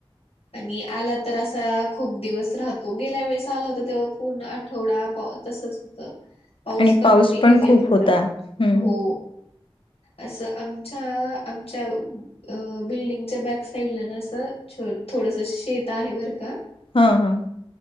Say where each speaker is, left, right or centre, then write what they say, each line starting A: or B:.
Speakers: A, on the left; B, on the left.
A: आणि आलां तरं असां खूंप दिवसं राहतो गेल्यां वेळेसं आलां होतां तेंव्हा पूर्ण आठवडां तसंच पाऊस
B: आणि
A: कंटिन्यू
B: पण
A: येतं
B: खूप
A: होतां
B: होता हम्म
A: हो असं आमच्यां असं बिल्डिंगच्यां बॅक साइडं लां असं छो थोडंसं शेत आहे बरं कां?
B: हां हां!